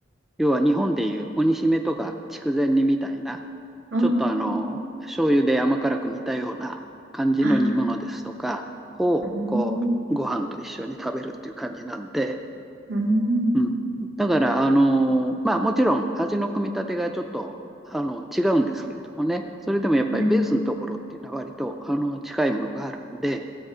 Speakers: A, in the centre; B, on the right (about 85°).
A: 要は日本でいう鬼しめとか筑前煮みたいな、
B: あー
A: ちょっとあの、醤油で甘辛く煮たような感じの煮物ですとかを、
B: はい。うー
A: こう、
B: ん。
A: ご飯と一緒に食べるっていう感じなんで、
B: うーん。
A: うん。だから、あのーまあもちろん味の組み立てがちょっと、あの、違うんですけれどもね、それでもやっぱりベースのところっていうのは割と、
B: はい。
A: あの、近いものがあるんで、